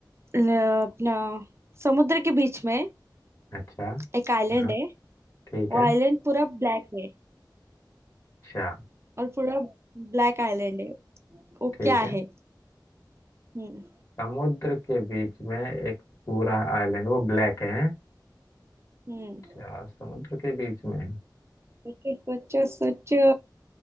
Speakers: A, on the right; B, on the left.
A: ल- अपना समुद्र के बीच में
B: अच्छा
A: एक आइलैंड
B: हाँ
A: है
B: ठीक
A: वो
B: है
A: आइलैंड पूरा ब्लैक है
B: अच्छा
A: और पूरा ब्लैक आइलैंड है वो
B: ठीक
A: क्या
B: है
A: है हम्म
B: समुद्र के बीच में एक पूरा आइलैंड वो ब्लैक है
A: हम्म
B: अच्छा, समुद्र के बीच में
A: सोचो सोचो सोचो